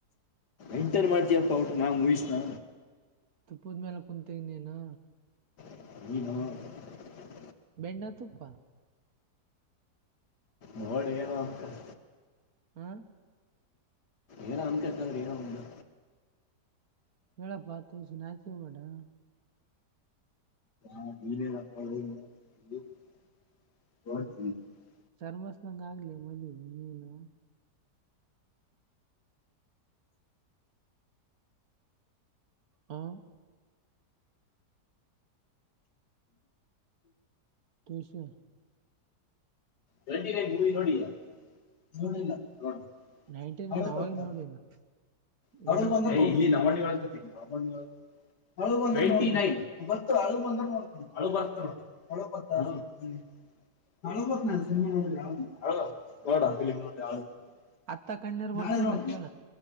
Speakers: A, on the left; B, on the right.
A: ಎಂಟರ್ ಮಾಡ್ತಯಪ್ಪ ಒಟ್ಟ ನಾ ಮೂವೀಸ್ ನಾ
B: ತುಪ್ಪದ ಮೇಲೆ ಕುಂತನೇನಾ
A: <unintelligible>
B: ಬೆಣ್ಣ ತುಪ್ಪ
A: ಮೋಲ್ಡ್ಗೇನು ಹಾಕ್ತಾರ್
B: ಹಾ
A: ಏನೋ ಅಂತಿರ್ತಾರೆ ಏನೋ ಒಂದು
B: <unintelligible>
A: <unintelligible>
B: ಚರ್ಮಸ್ನಂಗ ಆಗ್ಲಿ ಮದ್ವಿ ಇನ್ನೇನು ಹ್ಮ್ ತಿಳ್ಸಾ
A: ಟ್ವೆಂಟಿನೈನ್ ಮೂವಿ ನೋಡಿಯಾ ನೋಡಿಲ್ಲ ನೋಡ್
B: ನೈಂಟಿ
A: ಅಳು
B: ನೈನ್ ಅವಾಗ
A: ಬತ್ತಾ
B: ನೋಡಿನ
A: <unintelligible>
B: ಗಣೇಶಿಂದ
A: <unintelligible> <unintelligible>
B: ಅತ್ತ ಕಣ್ಣೀರು
A: ನಾಳೆ
B: ಬರ್ತವಲ್ಲ
A: ನೋಡ್ತೀನಿ
B: ಕೇಳ